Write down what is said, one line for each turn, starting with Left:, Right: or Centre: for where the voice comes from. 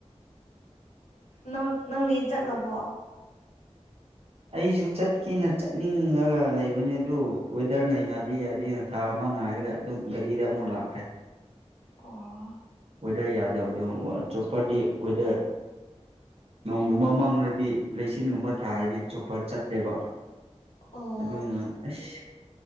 Left: ꯅꯪ ꯅꯪꯗꯤ ꯆꯠꯂꯕꯣ
Right: ꯑꯩꯁꯨ ꯆꯠꯀꯦꯅ ꯆꯠꯅꯤꯡꯂꯒ ꯂꯩꯕꯅꯦ ꯑꯗꯨ ꯋꯦꯗꯔꯅ ꯌꯥꯗꯦ ꯌꯥꯗꯦꯅ ꯊꯥ ꯑꯃ ꯉꯥꯏꯔꯒ ꯑꯗꯨꯝ ꯒꯥꯔꯤꯗ ꯑꯃꯨꯛ ꯂꯥꯛꯈ꯭ꯔꯦ
Left: ꯑꯣ
Right: ꯋꯦꯗꯔ ꯌꯥꯗꯕꯗꯣ ꯑꯥ ꯆꯣꯞꯄꯔꯗꯤ ꯋꯦꯗꯔ ꯅꯣꯡꯒꯨꯝꯕ ꯃꯪꯉꯗꯤ ꯂꯩꯆꯤꯟꯒꯨꯝꯕ ꯊꯥꯔꯗꯤ ꯆꯣꯄꯔ ꯆꯠꯇꯦꯕ
Left: ꯑꯣ
Right: ꯑꯗꯨꯅ ꯑꯁ